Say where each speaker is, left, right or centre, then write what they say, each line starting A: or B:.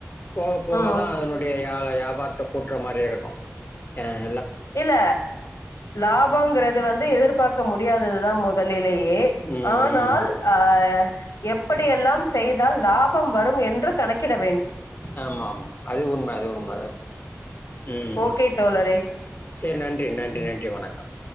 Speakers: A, on the left (about 40°); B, on the left (about 80°).
A: போக போக
B: உம்
A: தா அதனுடைய முதல்ல வியாபாரத்த கூட்ற மாரி இருக்கும் ய
B: இல்ல லாபாங்கறது வந்து எதிர்பார்க்க முடியாததுதா முதலிலே எ
A: ம்
B: ஆனால்
A: ம்
B: அஹ் எப்படியெல்லாம் செய்தால் லாபம் வரும் என்று கணக்கிடப்
A: ஆமாமா அது உண்மை அது உண்மை உம்
B: ஓகே தோழரே
A: செரி நன்றி நன்றி நன்றி வணக்கம்